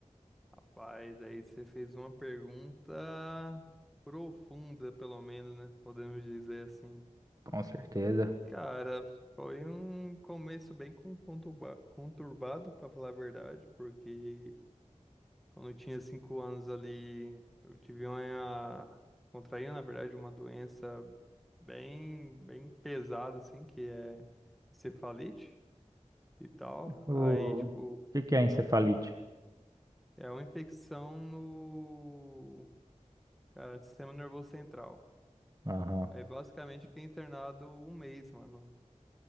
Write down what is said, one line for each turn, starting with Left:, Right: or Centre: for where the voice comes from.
Centre: Rapaz, aí você fez uma pergunta profunda, pelo menos, né? Podemos dizer assim.
Right: Com certeza.
Centre: Cara, foi um começo bem con- conturba- conturbado, pra falar a verdade, porque quando eu tinha cinco anos ali, eu tive uma... contraí, na verdade, uma doença bem, bem pesada, assim, que é encefalite. e tal.
Right: O
Centre: Aí, tipo,
Right: que que é encefalite?
Centre: é uma infecção no, cara, no sistema nervoso central.
Right: Aham.
Centre: Aí, basicamente, fiquei internado um mês, mano.